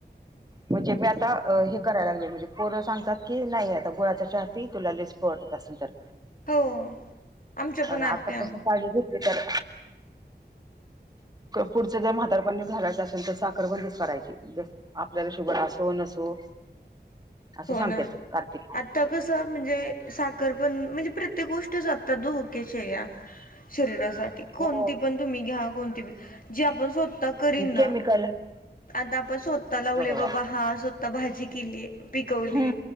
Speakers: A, on the right; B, on the left.
A: म्हणजे मी आता हे करायला लागले, म्हणजे पोरं सांगतात की नाही आता गुळाच्या चहा पी तुला लय <unintelligible> असेल तर
B: हो आमच्या पण
A: तर
B: आत्या
A: आतापसून काळजी घेतली तर पुढं जर म्हातार पण घालवायचं असेल, तर साखर बंदच करायच आपल्याला शुगर असो नसो असं
B: हो
A: सांगणार,
B: ना
A: कार्तिक
B: आता कसं म्हणजे साखर पण म्हणजे प्रत्येक गोष्टीच आता धो <unintelligible> शरीरासाठी कोणती
A: हो
B: पण तुम्ही घ्या कोणती बी जे आपण त करीन ना
A: केमिकल
B: आता आपण स्वतः लावले
A: बरोबर
B: बाबा हा स्वतः भाजी केली. पिकवली
A: हम्म